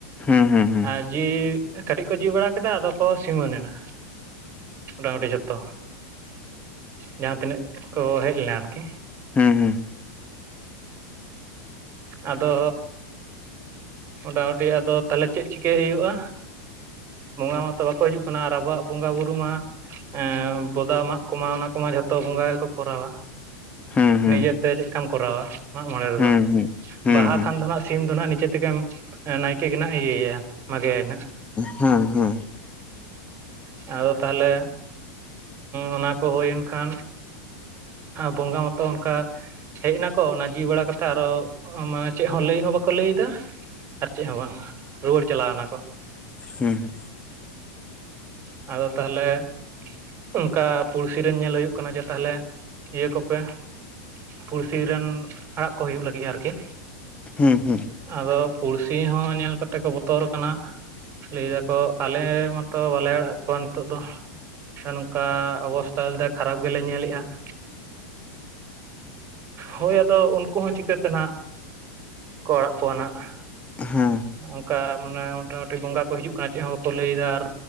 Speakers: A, on the left; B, on the right.
A: ᱦᱩᱸ ᱦᱩᱸ
B: ᱟᱨ ᱡᱤ ᱠᱟᱹᱴᱤᱡ ᱠᱚ ᱡᱤ ᱵᱟᱲᱟ ᱠᱮᱫᱟ ᱟᱫᱚ ᱠᱚ ᱥᱤᱢᱟᱹᱱ ᱮᱱᱟ ᱢᱚᱴᱟᱢᱩᱴᱤ ᱡᱷᱚᱛᱚ᱾ ᱡᱟᱦᱟᱸ ᱛᱤᱱᱟᱹᱜ ᱠᱚ ᱦᱮᱡ ᱞᱮᱱᱟ ᱟᱨᱠᱤ᱾
A: ᱦᱩᱸ ᱦᱩᱸ
B: ᱟᱫᱚ ᱢᱳᱴᱟᱢᱩᱴᱤ ᱟᱫᱚ ᱛᱟᱦᱚᱞᱮ ᱪᱮᱫ ᱪᱤᱠᱟᱹᱭ ᱦᱩᱭᱩᱜᱼᱟ᱾ ᱵᱚᱸᱜᱟ ᱢᱟᱛᱚ ᱵᱟᱠᱚ ᱦᱤᱡᱩᱜ ᱠᱟᱱᱟ ᱟᱨ ᱟᱵᱚᱣᱟᱜ ᱵᱚᱸᱜᱟᱼ ᱵᱩᱨᱩ ᱢᱟ, ᱮᱸ ᱵᱚᱫᱟ ᱢᱟᱜ ᱠᱚᱢᱟ ᱚᱱᱟ ᱠᱚᱢᱟ ᱡᱷᱚᱛᱚ ᱵᱚᱸᱜᱟ ᱜᱮᱠᱚ ᱠᱚᱨᱟᱣᱟ᱾
A: ᱦᱩᱸ
B: ᱱᱤᱡᱮᱛᱮ
A: ᱦᱩᱸ ᱦᱩᱸ
B: ᱪᱮᱫᱠᱟᱢ ᱠᱚᱨᱟᱣᱟ ᱢᱟᱜ ᱢᱚᱬᱮ ᱨᱮᱫᱚ?
A: ᱦᱩᱸ
B: ᱵᱟᱦᱟ ᱠᱷᱟᱱ ᱫᱚ ᱱᱟᱜ ᱥᱤᱢ ᱫᱚ ᱱᱟᱜ ᱱᱤᱡᱮ ᱛᱮᱜᱮᱢ ᱱᱟᱭᱠᱮ ᱜᱮ ᱱᱟᱜ ᱤᱭᱟᱹᱭᱟ ᱢᱟᱜᱮᱭᱟᱭ ᱱᱟᱜ ᱾
A: ᱦᱮᱸ ᱦᱮᱸ ᱾
B: ᱟᱫᱚ ᱛᱟᱦᱚᱞᱮ ᱚᱱᱟ ᱠᱚ ᱦᱩᱭᱮᱱ ᱠᱷᱟᱱ ᱵᱚᱸᱜᱟ ᱢᱟᱛᱚ ᱚᱱᱠᱟ ᱦᱮᱡ ᱱᱟᱠᱚ ᱚᱱᱟ ᱡᱤᱣᱤ ᱵᱟᱲᱟ ᱠᱟᱛᱮ ᱟᱨᱚ ᱢᱟᱱᱮ ᱪᱮᱫ ᱦᱚᱸ ᱞᱟᱹᱭ ᱦᱚᱸ ᱵᱟᱠᱚ ᱞᱟᱹᱭ ᱫᱟ? ᱟᱨ ᱪᱮᱫ ᱦᱚᱸ ᱵᱟᱝ ᱨᱩᱣᱟᱹᱲ ᱪᱟᱞᱟᱣᱱᱟ ᱠᱚ ᱾
A: ᱦᱩᱸ ᱾
B: ᱟᱫᱚ ᱛᱟᱦᱚᱞᱮ ᱚᱱᱠᱟ ᱯᱩᱲᱥᱤᱤᱨᱮᱱ ᱧᱮᱞ ᱦᱩᱭᱩᱜ ᱠᱟᱱᱟ ᱡᱮ ᱛᱟᱦᱚᱞᱮ ᱤᱭᱟᱹ ᱠᱚᱯᱮ ᱾ ᱯᱩᱲᱥᱤ ᱨᱮᱱ ᱟᱲᱟᱜ ᱠᱚ ᱦᱩᱭᱩᱜ ᱞᱟᱹᱜᱤᱫ ᱟᱨᱠᱤ ᱾
A: ᱦᱩᱸ ᱦᱩᱸ ᱾
B: ᱟᱫᱚ ᱯᱩᱲᱥᱤ ᱦᱚᱸ ᱧᱮᱞ ᱠᱟᱛᱮ ᱠᱚ ᱵᱚᱛᱚᱨ ᱟᱠᱟᱱᱟ ᱾ ᱞᱟᱹᱭ ᱫᱟᱠᱚ ᱟᱞᱮ ᱢᱟᱛᱚ ᱵᱟᱞᱮ ᱟᱲᱟᱜ ᱠᱚᱣᱟ ᱱᱤᱛᱚᱜ ᱫᱚ ᱾ ᱱᱚᱝᱠᱟ ᱚᱵᱚᱥᱛᱷᱟ ᱟᱞᱮ ᱫᱚ ᱠᱷᱟᱨᱟᱯ ᱜᱮᱞᱮ ᱧᱮᱞᱮᱜᱼᱟ ᱾ ᱦᱳᱭ, ᱟᱫᱚ ᱩᱱᱠᱩ ᱦᱚᱸ ᱪᱤᱠᱟᱹᱛᱮ ᱱᱟᱜ ᱠᱚ ᱚᱲᱟᱜ ᱠᱚᱣᱟ ᱱᱟᱦᱜ ᱾
A: ᱦᱮᱸ
B: ᱚᱱᱠᱟ ᱢᱟᱱᱮ ᱢᱚᱴᱟᱢᱩᱴᱤ ᱵᱚᱸᱜᱟ ᱠᱚ ᱦᱤᱡᱩᱜ ᱠᱟᱱᱟ ᱾ ᱪᱮᱫ ᱦᱚᱸ ᱵᱟᱠᱚ ᱞᱟᱹᱭᱫᱟ ᱟᱨ,